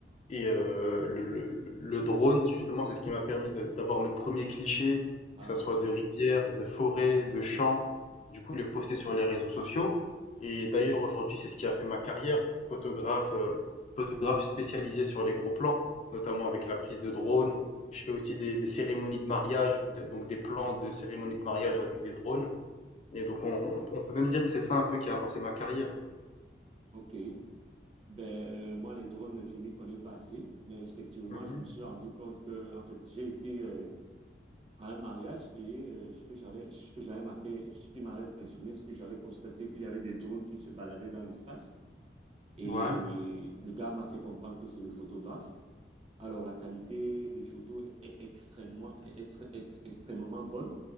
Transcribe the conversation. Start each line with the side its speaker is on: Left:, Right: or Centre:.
Left: Et euh, le, le- le drone, justement, c'est ce qui m'a permis de- d'avoir mes premiers clichés,
Right: Ah,
Left: que ça
Right: d'accord.
Left: soit de rivières, de forêts, de champs. Du coup, les poster sur les réseaux sociaux. Et d'ailleurs, aujourd'hui, c'est ce qui a fait ma carrière, photographe, euh, photographe spécialisé sur les gros plans, notamment avec la prise de drone. Je fais aussi des, des cérémonies de mariage, des- donc des plans de cérémonies de mariage avec des drones. Et donc, on, on peut même dire que c'est ça un peu qui a lancé ma carrière.
Right: OK. Ben, euh, moi, les drones, je m'y connais pas assez, mais effectivement,
Left: Mhm.
Right: je me suis rendu compte que, en fait, j'ai été euh, à un mariage et euh, ce que j'avais, ce que j'avais marqué, ce qui m'avait impressionné, ce que j'avais constaté, qu'il y avait des drones qui se baladaient dans l'espace. Et
Left: Ouais,
Right: le gars m'a fait comprendre que c'est le photographe. Alors, la qualité des photos est extrêmement, est extré- ex- extrêmement bonne.